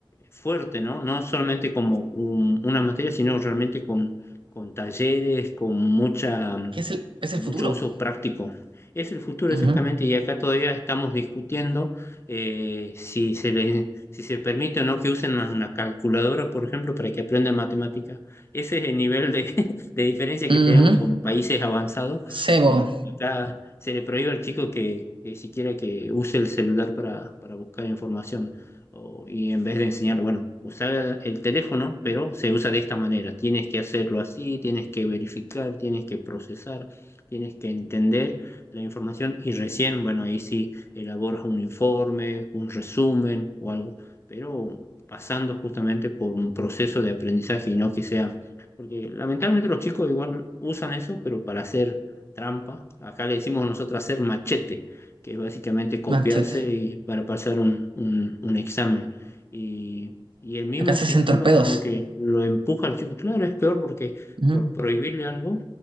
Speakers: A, on the left; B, on the right.
A: fuerte, ¿no? No solamente como un- una materia, sino realmente con, con talleres, con mucha
B: ¿Qué es el, es
A: con
B: el
A: mucho
B: futuro?
A: uso práctico. Es el futuro
B: Ujú.
A: exactamente y acá todavía estamos discutiendo eh, si se le- si se permite o no que usen una, una calculadora, por ejemplo, para que aprendan matemáticas Ese es el nivel de, <laughs> de diferencia
B: Ujú.
A: que tenemos con países avanzados.
B: Sebo,
A: Eh, acá se le prohíbe al chico que, que siquiera que use el celular para, para buscar información. O- y en vez de enseñar, bueno, usar el teléfono, pero se usa de esta manera. Tienes que hacerlo así, tienes que verificar, tienes que procesar tienes que entender la información y recién, bueno, ahí sí elaboras un informe, un resumen o algo, pero pasando justamente por un proceso de aprendizaje y no que sea, porque lamentablemente los chicos igual usan eso, pero para hacer trampa, acá le decimos nosotros hacer machete, que es básicamente copiarse
B: machete.
A: y para pasar un, un, un examen. Y, y el mismo
B: Acá se
A: sistema
B: hacen torpedos.
A: es como que lo empuja al chico. Claro, es peor porque
B: Ujú.
A: por prohibirle algo